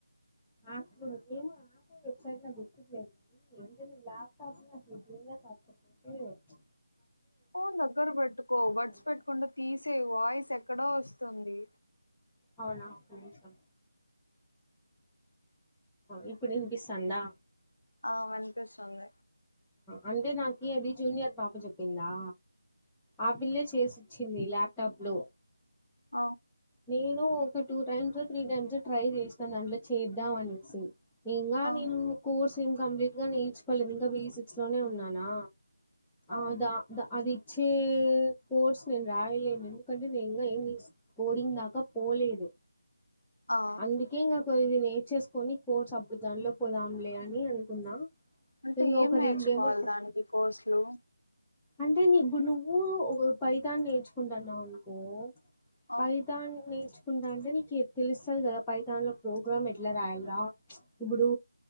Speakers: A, in the centre; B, on the left.
A: ఆప్స్ నాకు వెబ్సైట్ లో గుర్తుట్లేదు ఎంత లాప్టాప్ నిజంగా నాకు టచ్ ఉండి ఉంటే
B: ఫోన్ దగ్గర పెట్టుకో బడ్స్
A: దాని
B: పెట్టుకుండా తీసే వాయిస్ ఎక్కడో వస్తుంది
A: అవునా ఒక్క నిమిషం ఇప్పుడు ఇంపిస్తందా
B: ఆ వినిపిస్తుంది
A: అంటే నాకి అది జూనియర్ పాప చెప్పిందా ఆ పిల్లే చేసి చ్చింది ల్యాప్టాప్ లో
B: అ
A: నేను ఒక two times three times try చేసినాను దాంట్లో చేద్దాం అనేసి ఇంకా
B: ఆ
A: నేను కోర్స్ ఏం కంప్లీట్ గా నేర్చుకోలేదు ఇంకా బేసిక్స్ లోనే ఉన్నానా
B: ఆ
A: అదా అది వచ్చే కోర్స్ నేను రాయలేను ఎందుకంటే నేను ఇంకా ఏం తీసు కోడింగ్ దాకా పోలేదు
B: ఆ
A: అందుకే ఇంగా కొది ట్ చేసుకోని కోర్ట్స్ అప్పుడు దానిలో పోదాంలే అని అనుకున్నా
B: అంటే
A: ఇంకా
B: ఏం
A: ఒక
B: నేర్చుకోవాలి
A: రెండేమో
B: దానికి కోర్సులు
A: అంటే ఇప్పుడు నువ్వు ఒక ఫైతాన్ని నేర్చుకుంటున్నావు అనుకో
B: ఆ
A: పైతాన్ నేర్చు కుంటా అంటే నీకు తెలుస్తుంది కదా ఫైతాన్ లో ప్రోగ్రామ్ ఎట్లా రాయాల ఇప్పుడు